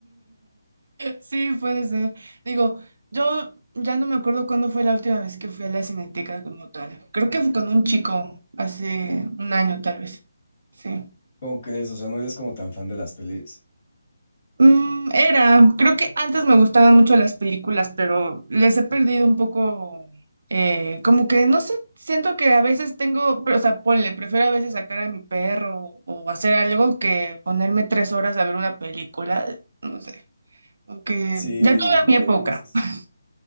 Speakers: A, on the right (about 65°); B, on the left (about 35°).
A: Sí, puede ser. Digo, yo ya no me acuerdo cuándo fue la última vez que fui a la Cineteca como tal. Creo que fue con un chico hace un año tal vez. Sí.
B: ¿Cómo crees? O sea, no eres como tan fan de las pelis.
A: Mm, era, creo que antes me gustaban mucho las películas, pero les he perdido un poco, eh, como que no sé, siento que a veces tengo, pero, o sea, ponle, prefiero a veces sacar a mi perro o hacer algo que ponerme tres horas a ver una película, no sé. Aunque
B: Sí,
A: ya tuve mi época.
B: sí, sí. sí.
A: <laughs>